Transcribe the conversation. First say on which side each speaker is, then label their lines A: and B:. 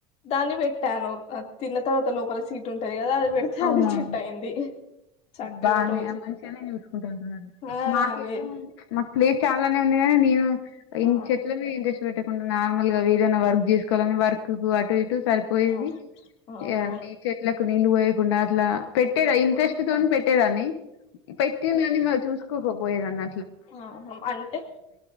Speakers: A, on the left (about 50°); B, on the left (about 80°).
A: దాన్ని పెట్టాను తిన్న తర్వాత లోపల సీడ్ ఉంటది కదా అది పెడితే
B: అవునవును
A: అది చెట్టు అయింది చక్కగా
B: బానే
A: రోజు
B: ఆ మంచిగానే చూసుకుంటూ వెళ్తున్నారు
A: ఆ
B: మాకేమో
A: అదే
B: ప్లేస్ చాలానే ఉంది కాగానీ నేను
A: ఆ
B: ఇం చెట్ల మీద ఇంట్రెస్ట్ పెట్ట కుండా నార్మల్ గా ఏదైనా వర్క్ చేసుకోవాలని వర్క్ అటు ఇటు సరిపోయేది
A: ఆ అవునవును
B: ఇవ చెట్లకు నీళ్ళు పో యకుండా అట్లా
A: ఆ
B: పెట్టేదా ఇంట్రెస్ట్
A: ఆ
B: తో పెట్టేదాన్ని పెట్టిందని మార్ కో పోయేదన్న
A: ఆహ అంటే